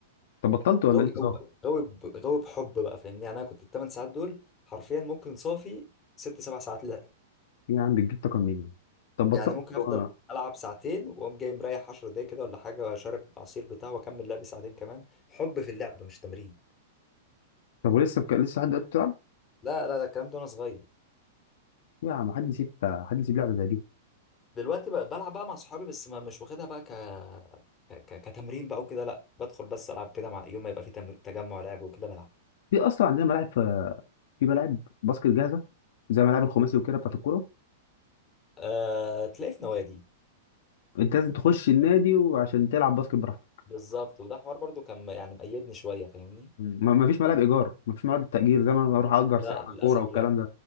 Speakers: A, on the left; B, on the left.
A: طب بطلت ولا
B: غاوي
A: انت
B: قوي
A: صار
B: بقى غاوي ب- غاوي بحب بقى فاهمني يعني انا كنت ال 8 ساعات دول حرفيا ممكن صافي 6 7 ساعات لعب
A: إيه يا عم بتجيب طاقه منين طب بطلت
B: يعني ممكن افضل
A: وانا
B: العب ساعتين واقوم جاي مريح 10 دقايق كده ولا حاجه واشرب عصير بتاع واكمل لعبي ساعتين كمان حب في اللعب مش تمرين
A: طب ولسه بك... لسه لحد دلوقتي بتلعب
B: لا لا ده الكلام ده وانا صغير
A: يا عم حد يسيب حد يسيب لعبه زي دي
B: دلوقتي بقى بلعب بقى مع صحابي بس ما مش واخدها بقى ك... ك... ك... كتمرين بقى وكده لا بدخل بس العب كده مع يوم ما يبقى في تمر... تجمع لعب وكده بلعب
A: في اصلا عندنا ملاعب في في ملاعب باسكت جاهزه زي ملاعب الخماسي وكده بتاعت الكوره
B: أه... تلاقي في نوادي
A: انت لازم تخش النادي وعشان تلعب باسكت براحتك
B: بالظبط وده حوار برضو كان يعني مقيدني شويه فاهمني
A: ما ما فيش ملاعب ايجار ما فيش ملاعب تاجير زي ما انا اروح اجر
B: لا
A: ساعه
B: للاسف
A: كوره والكلام
B: لا,
A: ده